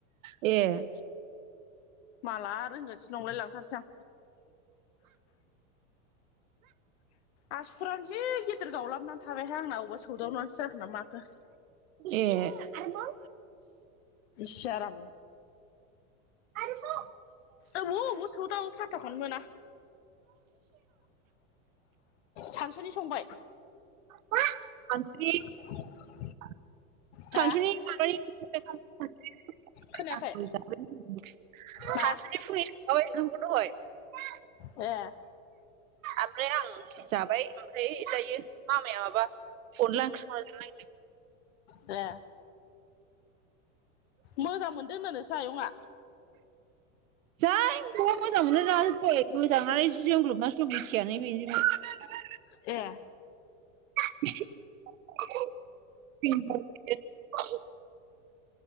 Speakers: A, on the right (about 80°); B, on the left (about 55°).
A: ए
B: माला आरो रोंगोरस नंलाय लांथारसै आं। आसुफोरानो जि गिदिर गावलाबनानै थाबायहाय आंना बबेबा सौदावनासो जागोन ना माखो।
A: ए आरोबाव
B: सियाराम
A: आरो
B: अबाव अबाव सौदाव फाथाखौनो मोना। सानसुनि संबाय?
A: आ <unintelligible>
B: <unintelligible>
A: <inaudible> <unintelligible>
B: हा
A: साख्रि
B: खोनायाखै
A: फुैसाबाय ओंखामखौ
B: मा
A: दहाय
B: ए
A: ओमफ्राय आं जाबाय ओमफ्राय दायो मामाया माबा अनला ओंख्रि संनायखो नायदों।
B: ए मोजां मोनदोंनो नोंसा आयङा?
A: जायखौ मोजां मोनो जोबफै गोजांनानै जोंग्लोबनानैसो दं मिथियानो बेजोंनो
B: ए
A: <inaudible>